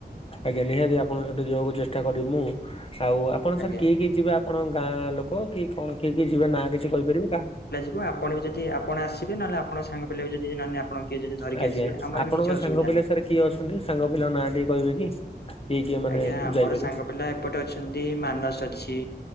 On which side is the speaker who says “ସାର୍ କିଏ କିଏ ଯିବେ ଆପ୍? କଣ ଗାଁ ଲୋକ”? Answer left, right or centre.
Left